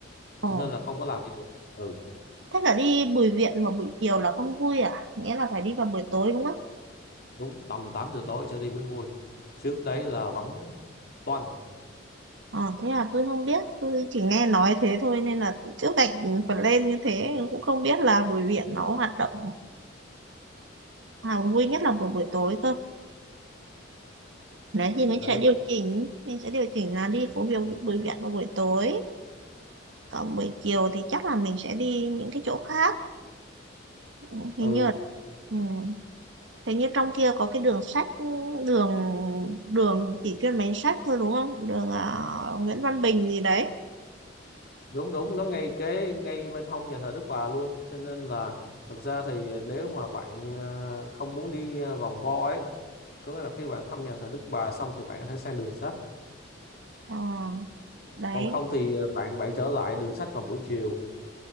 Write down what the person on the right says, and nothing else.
Ồ,
thế là đi Bùi Viện vào buổi chiều là không vui à nghĩa là phải đi vào buổi tối đúng không
Ờ, thế là tôi không biết, tôi chỉ nghe nói thế thôi nên là trước gạch phần lên như thế cũng không biết là bùi viện nó hoạt động à, vui nhất là buổi buổi tối cơ. Đấy thì mình
sẽ điều chỉnh, mình sẽ điều chỉnh là đi phố biểu bùi viện vào buổi tối. Còn buổi chiều thì chắc là mình sẽ đi những cái chỗ khác. Ừ,
Hình như là, ừ, hình như trong kia có cái đường sách, đường đường chỉ chuyên bán sách thôi đúng không? Đường à, Nguyễn Văn Bình gì đấy.
Ờ, đấy.